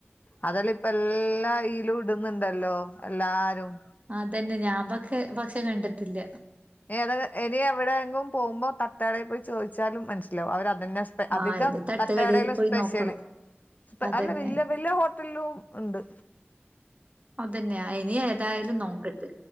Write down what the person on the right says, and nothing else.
അതന്നെ ഞാൻ പക്കേ പക്ഷേ കണ്ട്ട്ട്ല്ല
ആഹ് ഇനി തട്ടുകടയിൽ
പോയി
നോക്കണം
അതന്നെ
അതന്നെയാ ഇനി ഏതായാലും നോക്കട്ട്